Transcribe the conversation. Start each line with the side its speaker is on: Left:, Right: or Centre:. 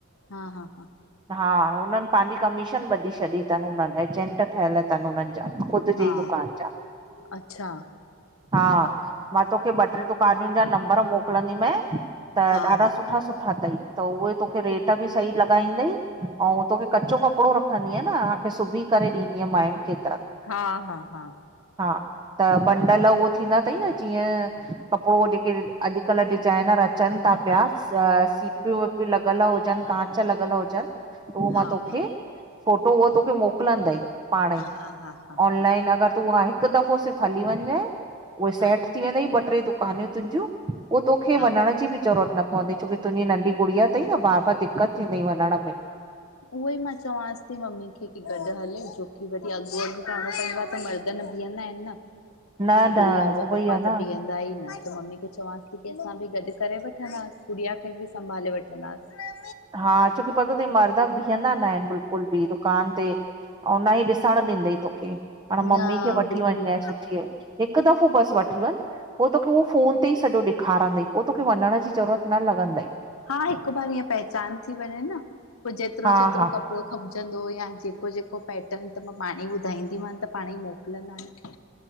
Left: हां, हां-हां।
Right: हां, हुनन पंहिंजी कमीशन ॿधी छॾी तन। हुनन एजेंट ठहियल अथन हुनन जा। ख़ुद
Left: हा
Right: जी ई दुकान जा।
Left: अच्छा
Right: हां, मां तोखे ॿ टे दुकानुंन जा नंबर मोकलंदी मैइ, त
Left: हा
Right: ॾाढा
Left: हा
Right: सुठा सुठा-सुठा अथई। त उहे तोखे रेट बि सही लॻाईंदई। ऐंऊ, तोखे कचो कपड़ो रखंदी। अनां सिभी करे ॾींदीअ माययुन खे त।
Left: हां, हां-हां।
Right: हां, त बंडल उहो थींदा अथई, न जीअं कपड़ो जे के अॼुकल्हु डिज़ाईनर अचनि था पिया, सीपियूँ वीपियूँ लॻिल हुजनि, कांच लॻियल हुजनि। उहो
Left: हा
Right: मां तोखे,
Left: हा हा
Right: फोटो उहा तोखे मोकिलंदइ। पाणंई,
Left: हा हा हा
Right: ऑनलाइन अगरि तूं उहा हिकु दफ़ो सिर्फ़ हली वञञइं, उहे सेठ
Left: हा
Right: थी वेंदइ ॿ ट्रे दुकानूं तुंजियूं, पोइ तोखे
Left: हा
Right: वञण जी बि ज़रूत न पवंदइ, छोकी तुंहिंजी नंढी गुड़िया अथई न बार-बार दिक़त थींदइ वञण में।
Left: उहो ही मां चंवासि थी मम्मी खे कि गॾु हले, छोकी वरी अॻु-अॻु करणो पवंदो आहे त मर्- बीहंदा आहिन न,
Right: न न
Left: गुङिया जा
Right: उहो
Left: पापा
Right: ई आहे
Left: त
Right: न
Left: बीहंदा इन, त मम्मी खे चवांस थी, कि असां बि गॾु करे वठंदासीं। गुड़िया खे बि संभाले वठंदासीं।
Right: हां, छोकी पतो तई, मर्द बीहंदा न आहिन बिलकुल बि। दुकान ते, ऐं न ई ॾिसण ॾींदाइ तोखे। हाणे मम्मी
Left: न
Right: खे वठी
Left: बिल्कुल
Right: वञ जे, सुठी! हिकु दफ़ो बस वठी वञ। पो तोखे उहो फ़ोन ते ई सॼो ॾेखारंदई, पो तोखे वञण जी ज़रूरत न लॻंदई।
Left: हां, हिक बार ईं पहचान थी वञे न। पोइ जेतरो-जेतरो
Right: हा हा
Left: कप कपड़ो खपजंदो या, जेको-जेको पैटर्न, त मां पाणे ई ॿुधाईंदीमनि त पाणे ई मोकलिंदा न।